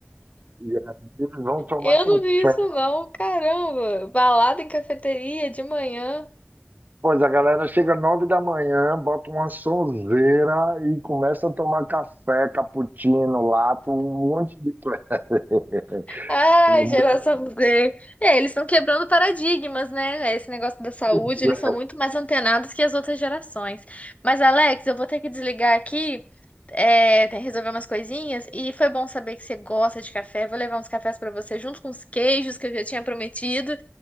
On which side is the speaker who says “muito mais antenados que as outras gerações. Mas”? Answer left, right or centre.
Left